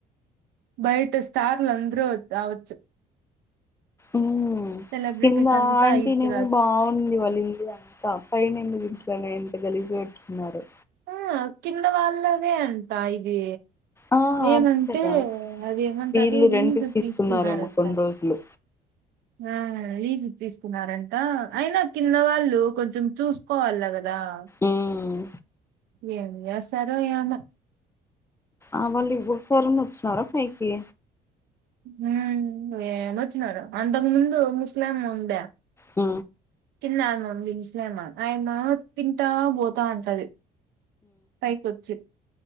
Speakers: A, on the right; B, on the left.
A: బయట స్టార్ల అందరు రావచ్చు
B: ఉ
A: సెలబ్రిటీస్
B: కింద
A: అంతా
B: ఆంటీ
A: ఈటికి
B: నేమో
A: రావచ్చు
B: బాగుంది వాళ్ళిలు అ పైన ఎందుకు ఇటికలను ఎంత గలీజుగ పెట్టు కున్నారో
A: ఆ కింద వాళ్ళదే అంట ఇది
B: ఆ
A: ఏమంటే
B: అదే కదా
A: అది ఏమంటారు
B: వీళ్ళు
A: లీజుకు
B: రెంట్ కి తీసుకున్నారేమో
A: తీసుకున్నారంట
B: కొన్ని రోజులు
A: ఆ లీజ్ తీసుకున్నారంట అయినా కింద వాళ్ళు కొంచెం చూసుకోవాల కద ఆ
B: ఉమ్
A: ఏమి చేస్తారో ఏమొ
B: ఆ వాళ్ళు ఇవొ ఒకసారన్న వచ్చినారా పైకి
A: హ ఏమొచ్చినారు అంతకు ముందు ఒక ముస్లామే ఉండే
B: అ
A: కిందామే ఉంది ముస్లామా ఆమె తింటా ఉం పోతా అంటది పైకి వచ్చి